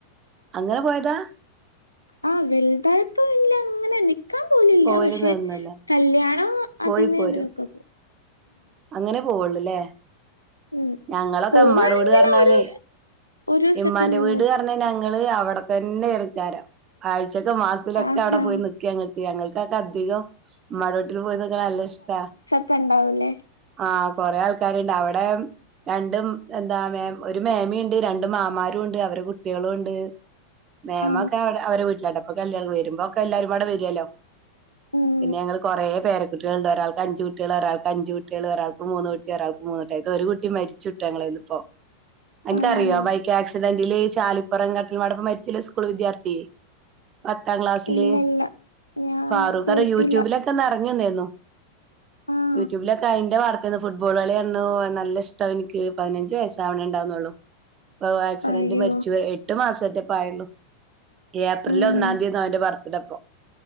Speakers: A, on the right; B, on the left.
A: അങ്ങനെ പോയതാ
B: ആഹ് വെൽതായപ്പ ഇല്ല അങ്ങനെ നിക്കാൻ പോലില്ല
A: പോവല്
B: പക്ഷെ
A: നിന്നല്ലേ
B: കല്യാണ
A: പോയി
B: അതിനെ
A: പോരും
B: തിനൊക്കെ പോവും
A: അങ്ങനെ പോവുള്ളു ല്ലേ
B: ഉം
A: ഞങ്ങളൊക്കെ
B: പോവാണെങ്കിൽ
A: മ്മാടെ വീടർഞ്ഞാലേ
B: ഒരു ദിവസ- ഒരു ദിവസൊക്കെ
A: ഇമ്മാന്റെ
B: നിന്ന്
A: വീട് അർഞ്ഞ ഞങ്ങള് അവിടെ തന്നെ എറക്കാര ആഴ്ചൊക്കെ മാസത്തിലൊക്കെ
B: ആഹാ
A: അവിടെ പോയി ന്ക്ക ങ്ങ ഞങ്ങൾക്കൊക്കെ അധികം മ്മാടെ വീട്ടിൽ പോയി നിക്ക്ണെ നല്ല ഇഷ്ട
B: ക്കണ്ടാവുല്ലേ
A: ആഹ് കൊറേ ആൾക്കാര്ണ്ട് അവടെ രണ്ടും എന്താ ഒരു മേമിയുണ്ട് രണ്ട് മാമാരുണ്ട് അവരെ കുട്ട്യേളുണ്ട് മാേമൊക്കെടെ
B: ആ
A: അവരെ വീട്ടിലാട്ട പ്പൊ <unintelligible> വരുമ്പോക്കെ എല്ലാവുംപാടെ വരുല്ലോ
B: ഉം
A: പിന്നെ ഞങ്ങള് കൊറേ പേര കുട്ട്യേളുണ്ട് ഒരാൾക്ക് അഞ്ചു കുട്ടികൾ ഒരാൾ അഞ്ചു കുട്ടിയൾ ഒരാക്ക് മൂന്ന് കുട്ടി ഒരാക്ക് മൂന്നുട്ടി അയ്തെ ഒരു കുട്ടി മരിച്ചുട്ടൊ ഞങ്ങളന്ന് പ്പോ അൻക്കറിയോ
B: ആയോ
A: ബൈക്ക് ആക്സിഡന്റില് ചാലിപ്പുറം കട്ടടപ്പ മരിച്ചില്ലേ സ്കൂൾ വിദ്യാർത്ഥി പത്താം ക്ലാസ്സില്
B: ഇല്ല ഇല്ല ഞാൻ
A: ഫാറൂഖ്
B: കേട്ടില്ല
A: അറ യൂട്യൂബിലൊക്കെ നറഞ്ഞിന്നീന്നു
B: ആഹ്
A: യൂട്യൂബിലൊക്കെ അയ്ന്റെ വാർത്തയന്ന് ഫുട്ബോൾ കളിയാണ നല്ല ഇഷ്ടം എനി പതിനഞ്ച് വയസ്സാവണേണ്ടാവുന്നുള്ളു
B: <inaudible>
A: ആക്സിഡന്റ്
B: അയ്യോ
A: മരിച്ചു എട്ട് മാസംറ്റപ്പയള്ളൂ ഏപ്രില
B: ഉം
A: ഒന്നാം തീയതിന്ന അവന്റെ ഭർ ടപ്പ